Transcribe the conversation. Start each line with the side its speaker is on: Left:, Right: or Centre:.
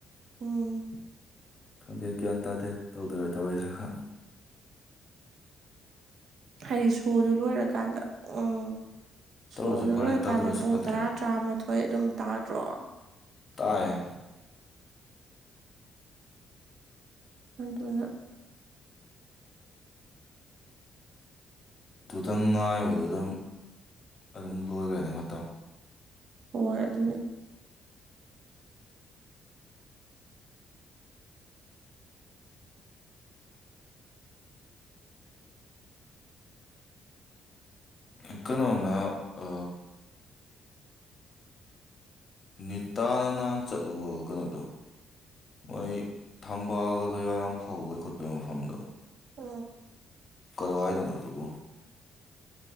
Right: ꯎꯝ
Left: ꯈꯪꯗꯦ ꯒ꯭ꯌꯥꯟ ꯇꯥꯗꯦ ꯇꯧꯗꯣꯏꯔ ꯇꯧꯔꯣꯏꯗꯔꯥ ꯈ
Right: ꯍꯥꯏꯗꯤ ꯁꯣꯗꯨꯣ ꯂꯣꯏꯔꯀꯥꯟꯗ ꯎꯝ
Left: ꯇꯧꯔꯁꯨ
Right: ꯁꯣꯗꯨ
Left: ꯐꯔꯦ
Right: ꯂꯣꯏꯔꯀꯥꯟꯗ
Left: ꯇꯧꯗ꯭ꯔꯁꯨ
Right: ꯄꯨꯡ
Left: ꯐꯠꯇ꯭ꯔꯦ
Right: ꯇꯔꯥ ꯇꯔꯥꯃꯥꯊꯣꯏ ꯑꯗꯨꯝ ꯇꯥꯗ꯭ꯔꯣ
Left: ꯇꯥꯏ
Right: ꯑꯗꯨꯗꯨꯅ
Left: ꯇꯪ ꯉꯥꯏꯕꯗ ꯑꯗꯨꯝ ꯑꯗꯨꯝ ꯂꯣꯏꯈ꯭ꯔꯅꯤ ꯃꯇꯝ
Right: ꯍꯣꯏ ꯑꯗꯨꯗꯤ
Left: ꯏꯀꯅꯣꯅ ꯑ ꯅꯤꯇꯥꯅ ꯅꯍꯥꯟ ꯆꯠꯂꯨꯒꯅꯣꯗꯣ ꯃꯣꯏ ꯊꯝꯕꯑꯒ ꯌꯥꯝ ꯍꯧꯕꯩ ꯈꯣꯠꯄꯩ ꯃꯐꯝꯗꯣ
Right: ꯎ
Left: ꯀꯋꯥꯏꯗꯅ ꯇꯨꯕꯨ